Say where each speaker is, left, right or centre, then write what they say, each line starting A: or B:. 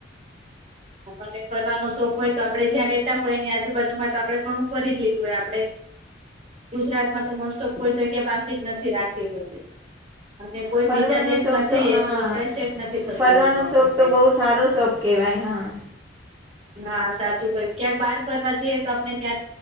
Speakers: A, on the right; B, on the right.
A: આપણને ફરનો શોખ હોય તો આપડે જ્યાં રેતા હોય આજુબાજુમાં તો આપડે ઘણું ફરીદ લીધું હોય આપડે ગુજરાત માં તો મોસ્ટ ઓફ કોઈ જગ્યા બાકી જ નથી રાખી હોતી અને કોઈ
B: ફરવાનો
A: બીજા દેશમાં
B: શોખ તો
A: જઈએ
B: હા
A: એટલું આપડે સેટ નથી થતું
B: ફરવાનો
A: હોતું આપણને.
B: શોખ તો બહુ સારો શોખ કેવાય હા
A: હા સાચું કય્યું ક્યાંક બહાર ફરવા જઈએ તો આપને ત્યાં